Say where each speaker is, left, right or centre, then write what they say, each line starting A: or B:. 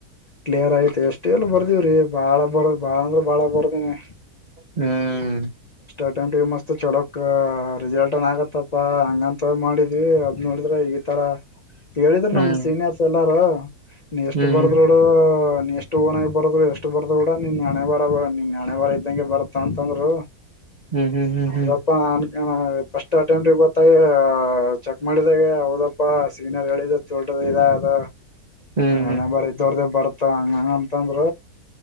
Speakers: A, on the left; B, on the right.
A: ಕ್ಲಿಯರ್ ಆಯತ ಎಷ್ಟ ಆಲಿ ಬರ್ದೀವ್ರೀ ಬಾಳ ಬರ್ ಬಾಳ ಅಂದ್ರ ಬಾಳ ಬರ್ದಿನಿ.
B: ಹ್ಮ್
A: ಅಟೆಂಟ್ ಮಸ್ತ್ ಚಲೋಕ್ ರಿಸಲ್ಟ್ನ್ ಆಗತ್ತಪ್ಪಾ ಹಂಗಂತ ಮಾಡಿದ್ವಿ ಅದ್ ನೋಡಿದ್ರ ಈ ಈ ತರ ಹೇಳಿದ್ರ
B: ಹ್ಮ್
A: ನಮ ಸೀನಿಯರ್ಸ್ ಎಲ್ಲಾರ ಎಷ್ಟ
B: ಹ್ಮ್
A: ಬರ್ದ್ರೋಡು. ನ್ ಎಷ್ಟು ಓನಾಗ ಬರದ್ರು ಎಷ್ಟು ಬರ್ದ್ ಕೂಡ ನಿನ್ ಹಣೆಬರ ನಿನ್ ಹಣೆಬರ ಇದ್ದಂಗೆ ಬರತ ಅಂತಂದ್ರು.
B: ಹ್ಮ್ ಹ್ಮ್ ಹ್ಮ್
A: ಹೌದಪ್ಪ
B: ಹ್ಮ್
A: ನಾನ್ ಫಸ್ಟ್ ಅಟೆಂಪ್ಟ ಗೊತ್ತಾ <unintelligible> ಗ ಚೆಕ್ ಮಾಡಿದಾಗ ಹೌದಪ್ಪಾ ಸೀನಿಯರ್ ಹೇಳಿದ <unintelligible> ತೋಳ್ರ. ಇದ ಅದ
B: ಹ್ಮ್ ಹ್ಮ್
A: ಹಣೆ ಬರ ಇದ್ದೊರ್ದ ಬರ್ತ ಹಂಗಂತಂದ್ರ.